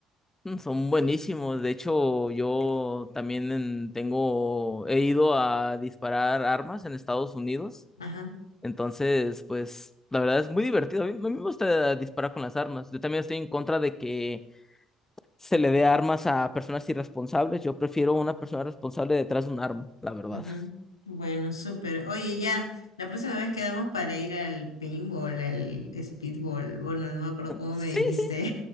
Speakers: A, on the left; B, on the left.
A: Mm, Son buenísimos. De hecho, yo también en- tengo, he ido a disparar armas en Estados Unidos.
B: Ajá.
A: Entonces, pues la verdad es muy divertido. A mí, a mí me gusta disparar con las armas. Yo también estoy en contra de que se le dé armas a personas irresponsables. Yo prefiero una persona responsable detrás de un arma, la verdad.
B: Ujú.
A: <laughs>
B: Bueno, súper. Oye, ya, la próxima vez quedamos para ir al paintball, al speedball. Bueno, no me acuerdo cómo
A: Sí,
B: me dijiste.
A: sí,